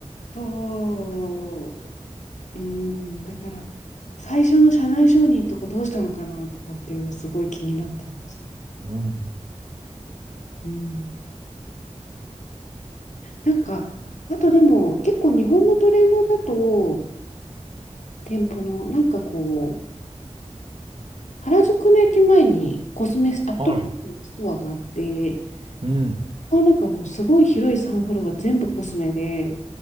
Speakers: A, on the left; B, on the right.
A: そう、うん、だから、最初の社内承認とかどうしたのかなとかっていうのすごい気になってます。
B: うん。
A: うん。なんか、あとでも結構日本のトレンドだと、店舗のなんかこう、原宿の駅前にコスメ、アットコスメのストアがあって、
B: はい。うん。
A: ここはなんかもうすごい広いサンフロアが全部コスメで、